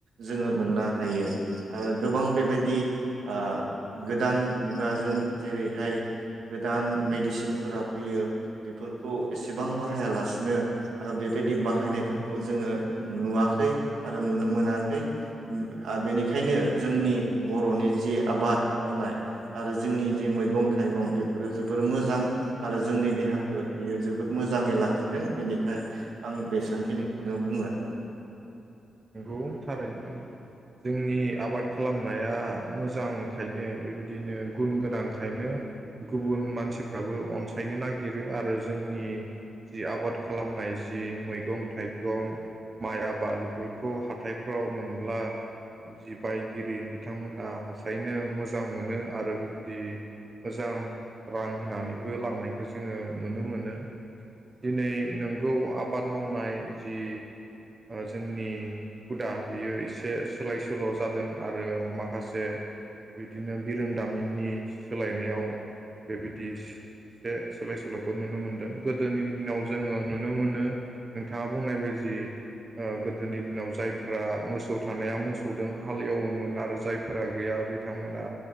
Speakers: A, on the right; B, on the right.
A: जोङो मोननो हायो आरो गोबां बेबायदि आ गोदान मुगाजों जेरैहाय गोदान मेडिसिनफोरा फैयो बेफोरखौ एसेबां बाहायालासिनो आरो बेबायदि बाहायनायफोरखौ जोङो नुवाखै आरो नुनो मोनाखै आ बेनिखायनो जोंनि बर'नि जे आबाद मावनाय आरो जोंनि जे मैगं थाइगं बेफोरो जोबोर मोजां आरो जोंनि देहाखौ बियो जोबोद मोजाङै लाखिदों बेनिखाय आं बेसेबांखिनिखौनो बुङो आरो
B: बुं थारैनो जोंनि आबाद खालामनाया मोजांखायनो बेबायदिनो गुन गोनांखायनो गुबुन मानसिफ्राबो अनसायनो नागिरो आरो जोंनि जि आबाद खालामनाय जि मैगं थाइगं माइ आबाद बेफोरखौ हाथाइ हाथाइफ्राव मोनब्ला जि बायगिरि बिथांमोना हसायनो मोजां मोनो आरो बेबायदि मोजां रां होनानैबो लांनायखौ जोङो नुनो मोनो दिनै नोंगौ आबाद मावनाय जि जोंनि हुदा बियो एसे सोलाय सोल' जादों आरो माखासे बिदिनो बिरोंदामिननि सोलायनायाव बेबायदि एसे सोलाय सोल'खौ नुनो मोनदों गोदोनि दिनाव जोङो नुनो मोनो नोंथाङा बुंनाय बायदि गोदोनि दिनाव जाय फोरा मोसौ थानाया मोसौजों हालेवोमोन आरो जायफोरा गैया बिथांमोना